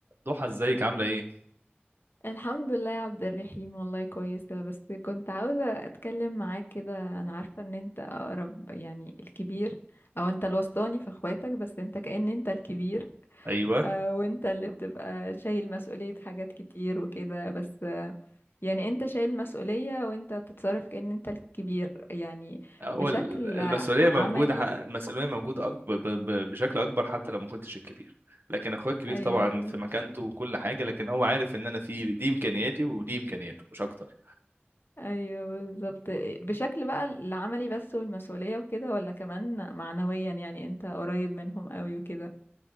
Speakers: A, on the right; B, on the left.
A: ضحى ازيك عامله ايه
B: الحمد لله يا عبد الرحيم والله كويسة بس كنت عاوزة أتكلم معاك كده أنا عارفة إن أنت أقرب يعني الكبير أو أنت الوسطاني في أخواتك بس أنت كأن أنت الكبير
A: ايوه
B: آه، وأنت اللي بتبقى شايل مسؤولية حاجات كتير وكده بس آه، يعني أنت شايل مسؤولية وأنت بتتصرف كأن أنت الكبير يعني
A: هو
B: بشكل
A: ال- المسؤوليه
B: عملي
A: موجوده ح- المسؤوليه موجوده اكبر ب- ب- بشكل اكبر حتى لو ما كنتش الكبير لكن اخويا الكبير
B: أيوه
A: طبعا في مكانته وكل حاجه لكن هو عارف ان انا في دي امكانياتي ودي امكانياته مش اكتر
B: ايوه بالظبط بشكل بقى العملي بس والمسؤولية وكده ولا كمان معنويا يعني انت قريب منهم قوي وكده